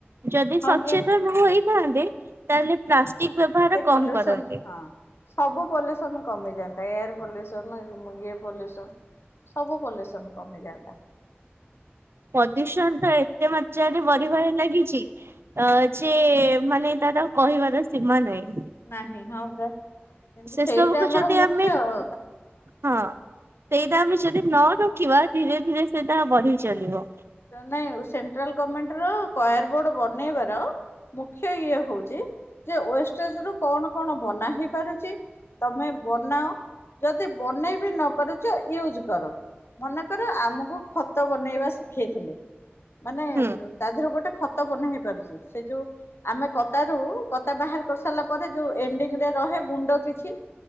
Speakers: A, on the right (about 75°); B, on the left (about 75°).
A: ଯଦି
B: ହଁ
A: ସଚେତନ
B: ପରା
A: ହୋଇଥାନ୍ତେ ତାହେଲେ ପ୍ଲାଷ୍ଟିକ ବ୍ୟବହାର
B: ଏତେ
A: କମ
B: ପଲ୍ୟୁସନ
A: କରନ୍ତେ।
B: ହଁ। ସବୁ ପଲ୍ୟୁସନ କମିଯାନ୍ତା ଏୟାର ପଲ୍ୟୁସନ ଇଏ ପଲ୍ୟୁସନ। ସବୁ ପଲ୍ୟୁସନ କମି ଯାଆନ୍ତା।
A: ପ୍ରଦୂଷଣ ଟା ଏତେ ମାତ୍ରାରେ ବଢିବାରେ ଲାଗିଛି ଅ
B: ହଁ
A: ଯେ ସେ ମାନେ ତାର କହିବାର ସୀମା ନାହିଁ।
B: ନାହିଁ ହଁ ପରା କିନ୍ତୁ
A: ସେ
B: ସେଇଟା
A: ସବୁକୁ
B: ଆମର
A: ଯଦି
B: ମୁଖ୍ୟ
A: ଆମେ
B: ହଁ।
A: ହଁ ସେଇଟା ଆମେ ଯଦି ନ ରୋକିବା ଧୀରେ ଧୀରେ ସେଇଟା ବଢିଚାଲିବ।
B: ନାଇଁ ସେଣ୍ଟ୍ରାଲ ଗଭର୍ଣ୍ଣମେଣ୍ଟ ର କୟାର ବୋର୍ଡ ବନେଇବାର ମୁଖ୍ୟ ଇଏ ହଉଛି ଯେ ୱେଷ୍ଟଜ ରୁ କଣ କଣ ବନା ହେଇପାରୁଛି ତମେ ବନାଅ ଯଦି ବନେଇ ବି ନ ପାରୁଛ ୟୁଜ କର। ମନେକର ଆମକୁ ଖତ ବନେଇବା ଶିଖେଇଥିଲେ ମାନେ
A: ହୁଁ
B: ତା ଦେହରେ ଗୋଟେ ଖତ ବନା ହେଇ ପାରୁଛି ସେ ଯୋଉ ଆମେ କତା ରୁ କତା ବାହାର କରି ସାରିଲା ପରେ ଯୋଉ ଏଣ୍ଡିଙ୍ଗ ରେ ରହେ ଗୁଣ୍ଡ କିଛି